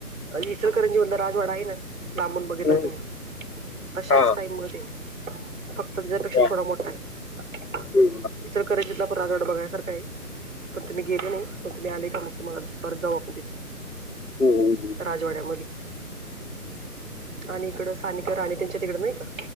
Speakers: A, on the right; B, on the left.
A: इचलकरंजी मध्ये राजवाडा आहे ना लांबून बघितला
B: हम्म.
A: तुम्ही तशाच
B: हा
A: टाइम मध्ये फक्त त्याच्यापेक्षा
B: वा.
A: थोडा मोठा आहे
B: हम्म.
A: इचलकरंजीतला पण राजवाडा बघण्यासारखा आहे पण तुम्ही गेले नाही पण तुम्ही आले का मग तुम्हाला परत जाऊ आपण तिथे
B: हम्म.
A: राजवाड्यामध्ये आणि इकड सानिका राणी त्यांच्या तिकड नाही का